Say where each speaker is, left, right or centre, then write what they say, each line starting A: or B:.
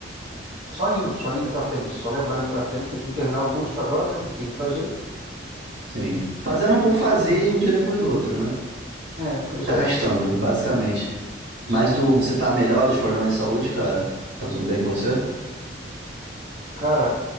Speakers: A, on the right; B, on the right.
A: só indo, só indo pra frente, só levando pra frente, porque tem que terminar o curso agora, né? Não tem o que fazer.
B: Sim. Fazendo por fazer e um dia depois do outro, né?
A: É, pois é,
B: Se arrastando, basicamente. Mas
A: sim.
B: do, você tá melhor dos problemas de saúde, cara? Tá tudo bem com você?
A: Cara,